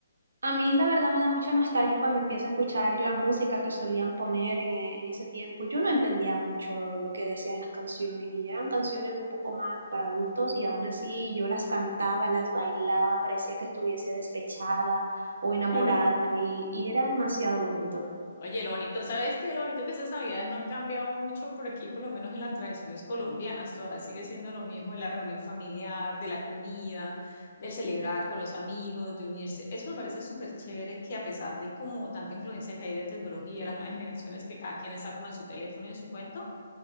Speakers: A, on the right; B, on the left.
A: a mí la verdad me da mucha nostalgia cuando empiezo a escuchar la música que solían poner en, e- en ese tiempo. Yo no entendía mucho lo que decían las canciones y eran canciones un poco más para adultos y aún así yo las cantaba, las bailaba, parecía que estuviese despechada o enamorada
B: <laughs>
A: y, y era demasiado bonito.
B: Oye, lo bonito, ¿sabes qué? Lo bonito que estas navidades no han cambiado mucho por aquí, por lo menos en las tradiciones colombianas, todavía sigue siendo lo mismo de la reunión familiar, de la comida, del celebrar con los amigos, de unirse. Eso me parece súper chévere que a pesar de como tanta influencia que hay de tecnología, las nuevas generaciones que cada quien está como en su teléfono y en su cuento,